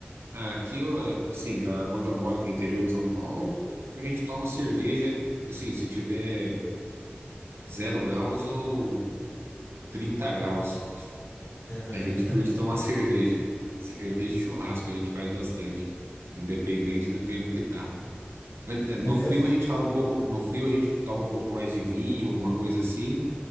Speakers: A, on the right (about 80°); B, on the left (about 80°).
A: Aqui, eu, assim, na- onde eu moro, que é interior de São Paulo, a gente toma cerveja, assim, se tiver zero graus ou 30 graus.
B: <laughs> Aham.
A: A gente curte tomar <laughs> cerveja. Cerveja e churrasco a gente faz bastante, independente do tempo que tá. Mas, é,
B: É
A: No
B: mesmo?
A: frio a gente toma um pouco, no frio a gente toma um pouco mais de vinho, alguma coisa assim,